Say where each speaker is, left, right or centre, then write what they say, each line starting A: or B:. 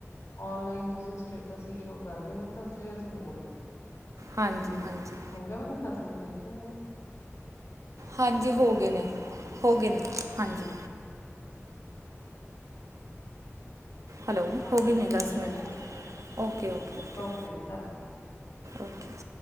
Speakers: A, on the left (about 80°); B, on the right (about 80°).
A: ਔਨਲਾਈਨ ਤੁਸੀ ਸਟੇਟਸ ਹੀ ਸ਼ੋ ਕਰਦੇ, ਬਟ ਅਸਲੀਅਤ ਹੋਰ ਐ।
B: ਹਾਂਜੀ ਹਾਂਜੀ।
A: ਹੋ ਗਿਆ ਮੈਡਮ ਦਸ ਮਿੰਨ ਦੇਖਿਓ ਜਰਾ।
B: ਹਾਂਜੀ ਹੋ ਗੇ ਨੇ ਹੋ ਗੇ ਨੇ ਹਾਂਜੀ। ਹੈਲੋ
A: ਹਾਂ
B: ਹੋਗੇ
A: ਮੈਡਮ
B: ਨੇ
A: ਠੀਕ
B: ਦਸ
A: ਹੈ
B: minute
A: ਹਨਾ
B: okay okay okay
A: okay ਜੀ ਧੰਨਵਦ
B: ਓਕੇ।